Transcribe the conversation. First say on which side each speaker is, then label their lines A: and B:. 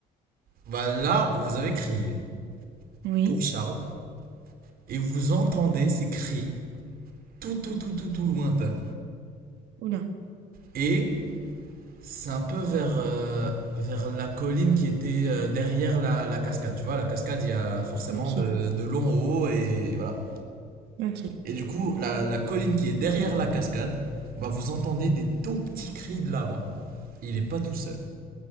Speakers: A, on the right (about 60°); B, on the right (about 85°).
A: Bah là, vous avez crié
B: Oui.
A: pour Charles, et vous entendez ces cris tout, tout, tout, tout, tout lointains.
B: Oula.
A: Et C'est un peu vers, euh, vers la colline qui était euh, derrière la, la cascade. Tu vois, la cascade, il y a forcément
B: Ok.
A: de, de long au haut et voilà.
B: Ok.
A: Et du coup, la, la colline qui est derrière la cascade, bah vous entendez des tout petits cris de là-bas. Il est pas tout seul.